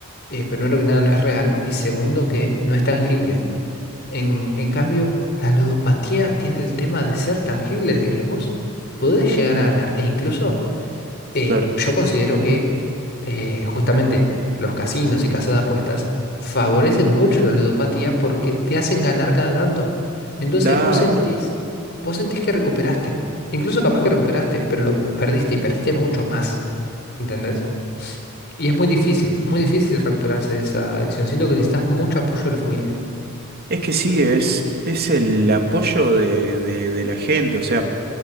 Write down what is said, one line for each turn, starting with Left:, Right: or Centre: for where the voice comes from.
Left: eh, primero que nada no es real y segundo que no es tangible. En, en cambio, la ludopatía tiene el tema de ser tangible, de que vos podés llegar a ganar e incluso eh,
Right: claro,
Left: yo considero que eh, justamente los casinos y casas de apuestas favorecen mucho la ludopatía porque te hacen ganar cada tanto. Entonces
Right: claro.
Left: vos sentís, vos sentís que recuperaste. Incluso capaz que recuperaste, pero lo perdiste y perdiste mucho más. ¿Entendés? Y es muy difícil, muy difícil recuperarse de esa adicción. Siento que necesitas mucho apoyo de la familia.
Right: Es que sí, es, es el apoyo de, de, de la gente. O sea,